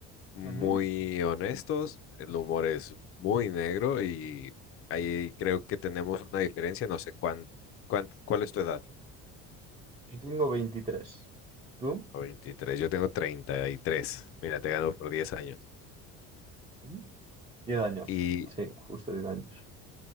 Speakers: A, on the left; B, on the right.
A: muy
B: Ujú.
A: honestos, el humor es muy negro y ahí creo que tenemos una diferencia, no sé cuán, cuán- cuál es tu edad.
B: Yo tengo veintitrés ¿Tú?
A: O 23, yo tengo treinta y tres mira, te gano por 10 años.
B: Ujú. 10 años.
A: Y,
B: Sí, justo 10 años.